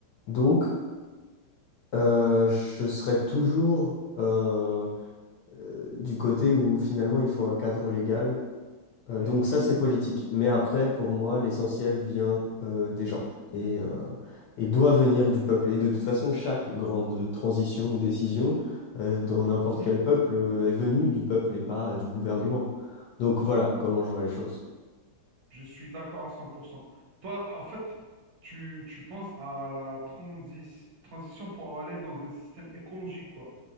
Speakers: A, on the left (about 70°); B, on the right (about 75°).
A: Donc, euh, je serai toujours
B: mhm,
A: euh, euh, du côté où finalement il faut un cadre légal euh, donc
B: oui,
A: ça, c'est politique. Mais après, pour moi, l'essentiel vient euh, des gens et, euh, et doit venir du peuple. Et de toute façon, chaque grande transition ou décision euh, dans n'importe
B: mhm,
A: quel peuple euh, est venue du peuple et pas euh, du gouvernement.
B: oui.
A: Donc voilà comment je vois les choses.
B: Je suis d'accord à 100%. Toi, en fait, tu, tu penses à la transi- transition pour aller dans un système écologique, quoi.